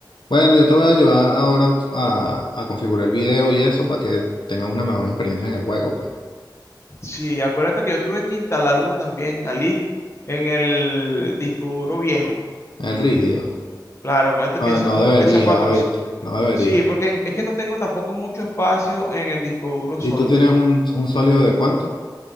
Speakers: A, on the left (about 80°); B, on the left (about 35°).
A: Bueno, yo te voy a ayudar ahora a, a configurar el video y eso para que tengas una mejor experiencia en el juego, pues.
B: Sí, acuérdate que yo tuve que instalarlo también, Ali, en el disco duro viejo.
A: El rígido.
B: Claro, acuérdate
A: Ah,
B: que ese
A: no
B: juego
A: deberías,
B: pesa 400.
A: ¿oíste? No deberías.
B: Sí, porque es que no tengo tampoco mucho espacio en el disco duro
A: ¿Y
B: sólido
A: tú tienes un, un sólido de cuánto?